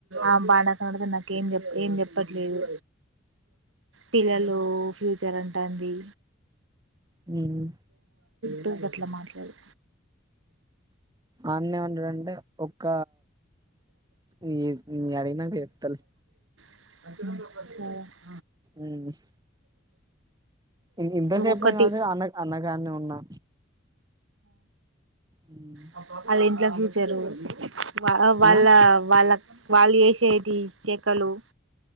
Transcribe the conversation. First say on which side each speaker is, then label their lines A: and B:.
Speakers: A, on the right; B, on the right.
A: ఆ బాడుకవులకు నాకు ఏం చెప్ ఏ చెప్ ప్పట్లేదు పిల్లలూ ఫ్యూచర్ అంటాంది
B: మ్
A: తుంగట్ల మాట్లాడు
B: ఆన్నె వండుటే ఒక్క ని నేను అడిగినాక చెప్తాలే
A: సరే
B: ఉహ్ నేను ఇంతసేపటి
A: ఒకటి
B: గాదె అన్న అన్న కాన్నే ఉన్నా హ్మ్.
A: అ అది ఇంట్లో ఫ్యూచరు వా వాళ్ళ
B: ఆ
A: వాళ్ళ వాళ్ళు చేసేటి చే కలు